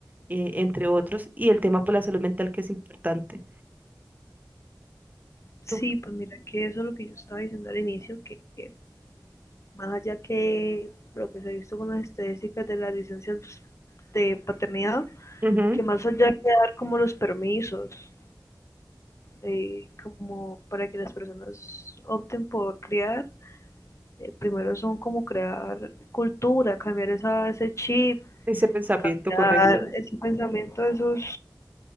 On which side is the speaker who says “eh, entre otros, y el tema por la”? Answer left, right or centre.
Right